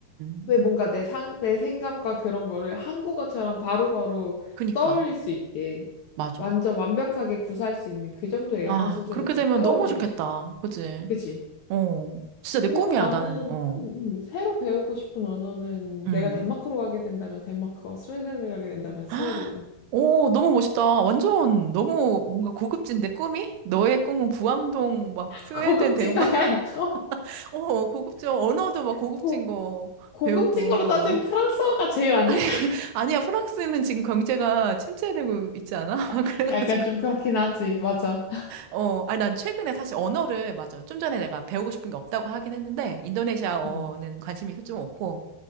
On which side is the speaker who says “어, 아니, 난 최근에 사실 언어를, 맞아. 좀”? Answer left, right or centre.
Right